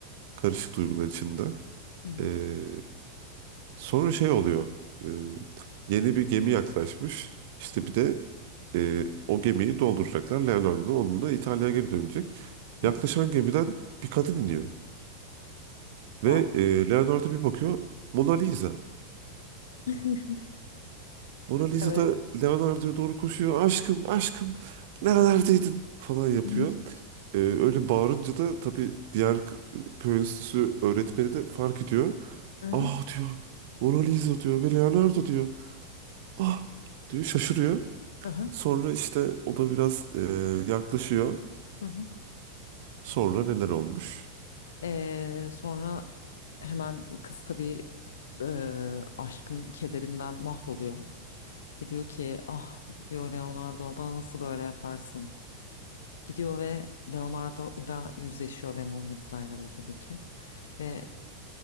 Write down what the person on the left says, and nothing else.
hı hı.
Hı hı.
Wow.
<laughs>
Evet.
<laughs>
Aha,
aha,
hı hı.
Ee, sonra hemen kız tabii e, aşkın kederinden mahvoluyor. Ve diyor ki ah diyor Leonardo bana nasıl böyle yaparsın? Gidiyor ve Leonardo ile yüzleşiyor ve Mona Lisa'yla da tabii ki. Ve